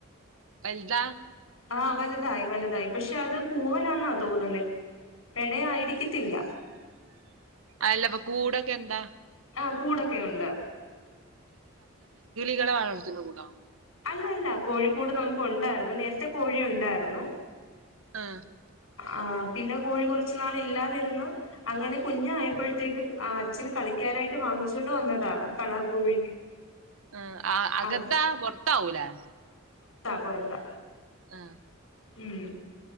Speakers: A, on the right (about 80°); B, on the left (about 80°).
A: വലുതാ?
B: ആ വല്തായി വലതായി പക്ഷെ അത് പൂവൻ ആന്ന തോന്നുന്നെ പെടയായിരിക്കത്തില്ല
A: അല്ലപ്പൊ കൂട കന്തെ
B: ആ കൂടൊക്കെ ഉണ്ട്
A: <unintelligible> വളർത്ത്ണ കൂടാ
B: അല്ല അല്ല കോഴിക്കൂട് നമുക്ക് ഉണ്ടായിരുന്നു നേരത്തെ കോഴി ഉണ്ടായിരുന്നു
A: ആ
B: ആ പിന്നെ കോഴി കുറച്ചു നാൾ ഇല്ലാതിരുന്നു അങ്ങനെ കുഞ്ഞാ യപ്പോഴത്തേക്ക് ആ അച്ഛന് കളിക്കാനായിട്ട് വാങ്ങിച്ചൊണ്ട് വന്നതാ കളർ കോഴി
A: ആ അ അകത്താ
B: അത്
A: പൊർത്താവൂലേ
B: കൊടുത്ത
A: ആ
B: ഉം